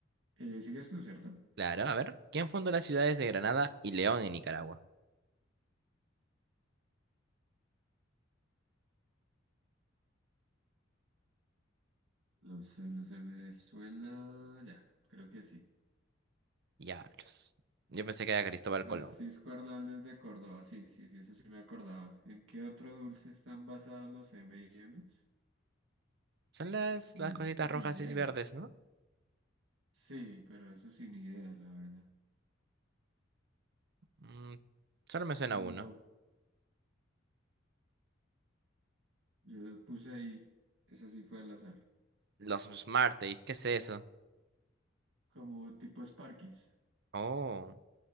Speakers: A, on the right; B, on the right.
A: Eh, ¿sigues tú, cierto?
B: Claro, a ver. ¿Quién fundó las ciudades de Granada y León en Nicaragua?
A: Los, eh, los de Venezuela, ya, creo que sí.
B: Diablos. Yo pensé que era Cristóbal
A: Francisco
B: Colón.
A: Hernández de Córdoba, sí, sí, sí, eso sí me acordaba. ¿En qué otro dulce están basados los M&M's?
B: Son las,
A: Uy,
B: las
A: eso
B: cositas
A: sí,
B: rojas
A: ni idea.
B: y verdes, ¿no?
A: Sí, pero eso sí, ni idea, la verdad.
B: Mm, solo me suena
A: Lo,
B: uno.
A: yo puse ahí, esa sí fue al azar.
B: Los smarties ¿qué es eso?
A: como tipo Sparkies.
B: Oh,